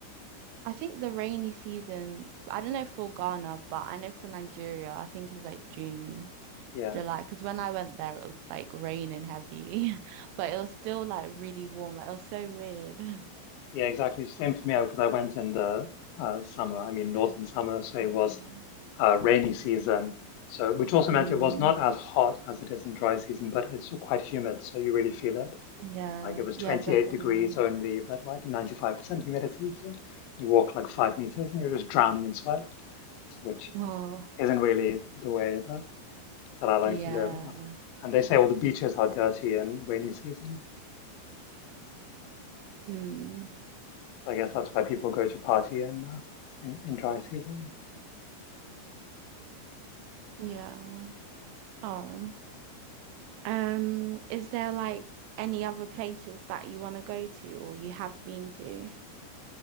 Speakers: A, on the right; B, on the left.
A: I think the rainy season, I don't know for Ghana, but I know for Nigeria, I think it's like June,
B: yeah,
A: July. Because when I went there, it was like raining heavy, <laughs> but it was still like really warm. Like it was so weird. <laughs>
B: yeah, exactly. Same for me because I went in the uh, summer. I mean, northern summer, so it
A: Oh.
B: was uh, rainy season. So which also
A: Mm,
B: meant it was not as hot as it is in dry season, but it's still quite humid, so you really feel it.
A: yeah,
B: Like it was
A: yeah,
B: 28
A: definitely.
B: degrees only, but like 95% humidity. So you walk like five meters and you're just drowning in sweat, which
A: Oh,
B: isn't really the way that that I like
A: yeah.
B: to live. And they say all the beaches are dirty in rainy season.
A: Mm,
B: So I guess that's why people go to party in, uh, in, in dry season.
A: yeah. Oh. Um, is there like any other places that you want to go to or you have been to?